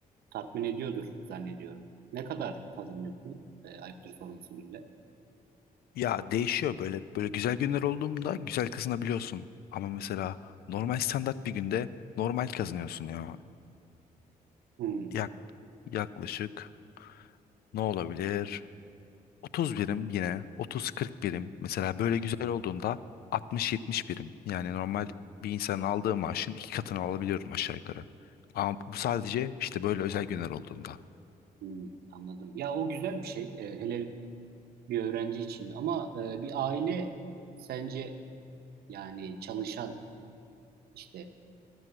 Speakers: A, on the right; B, on the left.
A: tatmin ediyordur zannediyorum. Ne kadar kazanıyorsun? E, ayıptır sorması günde.
B: Ya değişiyor böyle. Böyle güzel günler olduğunda güzel kazanabiliyorsun. Ama mesela normal standart bir günde normal kazanıyorsun ya.
A: Hmm,
B: Yak, yaklaşık. Ne olabilir? 30 birim yine. 30-40 birim. Mesela böyle güzel olduğunda 60-70 birim. Yani normal bir insanın aldığı maaşın iki katını alabiliyorum aşağı yukarı. Ama bu sadece işte böyle özel günler olduğunda.
A: hmm, anladım. Ya o güzel bir şey. e, hele bir öğrenci için ama e, bir aile sence yani çalışan işte